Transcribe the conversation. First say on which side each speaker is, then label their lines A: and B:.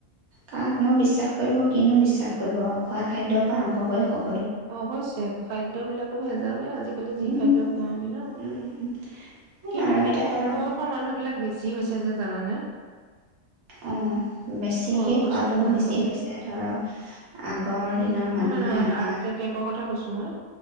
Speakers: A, on the right; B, on the right.
A: কাকনো বিশ্বাস কৰিব? কিনো বিশ্বাস কৰিব, খোৱা খাদ্যৰ পৰা আৰম্ভ কৰি স
B: অৱশ্যে! খাদ্যবিলাকো ভেঁজালেই আজিকালি যি
A: উম
B: খাদ্য খুৱাও আমি ন!
A: উম
B: কিন্তু
A: আৰু
B: খুব
A: এতিয়া
B: কম
A: ধৰক
B: বয়সৰ মানুহবিলাক বেছ যিছে যে জানানে?
A: অ', বেছিকে
B: বয়সস্থ
A: খোৱাটো
B: মানুহতকে
A: বেছি হৈছে ধৰক আগৰ দিনৰ
B: নহয়
A: মানুহে
B: নহয়
A: আমাৰ
B: হাৰ্ট এটেকৰ কথা কৈছো মই